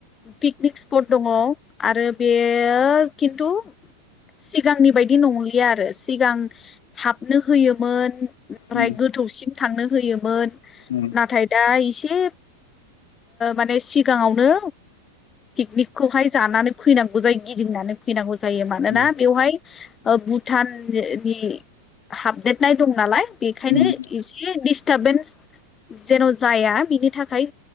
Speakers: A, on the left; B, on the left.
A: पिकनिक स्पट दंङ आरो बेयो खिन्थु सिगांनि बायदि नंलिया आरो सिगां हाबनो होयोमोन ओमफ्राय
B: उम
A: गोथौसिम थांनो होयोमोन
B: उम
A: नाथाय दा एसे माने सिगांङावनो पिकनिकखौहाय जानानै फैनांगौ जायो गिदिंनानै फैनांगौ जायो मानोना
B: उम
A: बेवहाय भुटाननि हाबदेरनाय दं नालाय बेखायनो
B: उम
A: एसे दिटारबेनस जेन' जाया बिनि थाखाय